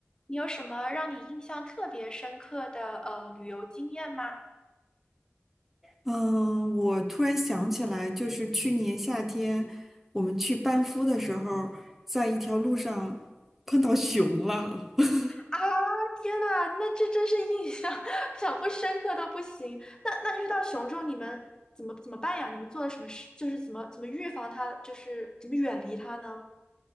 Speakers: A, on the left; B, in the centre.
A: 你有什么让你印象特别深刻的呃旅游经验吗？
B: 嗯，我突然想起来，就是去年夏天我们去班夫的时候，在一条路上碰到熊了。<laughs>
A: 啊，天呐，那这真是印象 <laughs> 想不深刻都不行。那那遇到熊之后，你们怎么怎么办呀？你们做了什么事？就是怎么怎么预防它，就是怎么远离它呢？